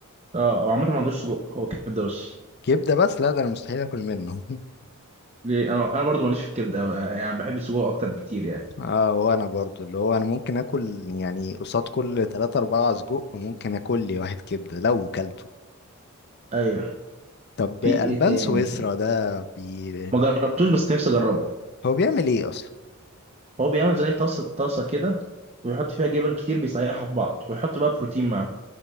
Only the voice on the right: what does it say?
اه هو عامه ما عندوش سجق هو كبده بس
ليه انا انا برضه ماليش في الكبده قوي يعني بحب السجق اكتر بكتير يعني
ايوه
في
ايه تاني
ما جربتوش بس نفسي اجربه
هو بيعمل زي طاسة طاسة كده ويحط فيها جبن كتير بيسيحها في بعض ويحط بقى بروتين معاهم